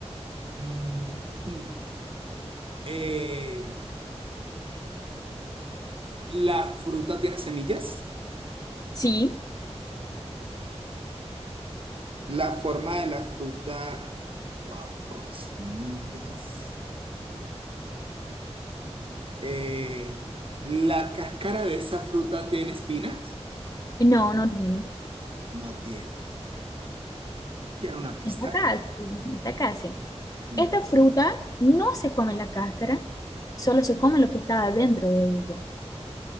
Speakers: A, on the right; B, on the left.
A: Mm, mm. Eh, ¿la fruta tiene semillas?
B: Sí.
A: La forma de la fruta. Wow, con semillas. eh, ¿la cáscara de esa fruta tiene espinas?
B: no, no tiene.
A: No tiene. quiero una pista?
B: Está casi, está casi.
A: Mm,
B: Esta fruta no se come la cáscara, solo se come lo que está dentro de ella.